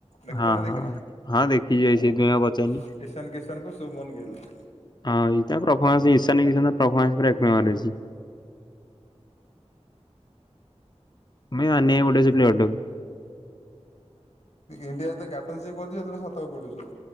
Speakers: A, on the left; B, on the left.
A: ଦେଖିଚନା
B: ହଁ
A: ଦେଖିନ
B: ହଁ। ହଁ ଦେଖିଛି ଭାଇ
A: ଆ
B: ସେଇଥିପାଇଁ ଆଉ ପଚାରିନି।
A: କିସନ୍ କିସନକୁ ଶୁମନ୍ ଗିଲେ।
B: ହଁ ଏଇଟା ପ୍ରଫମାନ୍ସଫନ୍ସ ପୁରା ପ୍ରଫମାନ୍ସଟା ଏକ ନମ୍ବର ହେଇଚି। ଉମେ ମାନିବାକୁ ପଡ଼ିବ ସେ ପ୍ଲେ ବ୍ୟାଟାକୁ।
A: ଇଡିଆରେେୟା୍ଟନସିପ ଅଛି ସେତେଳେ ଶତ ପିଡ଼ୁଚି।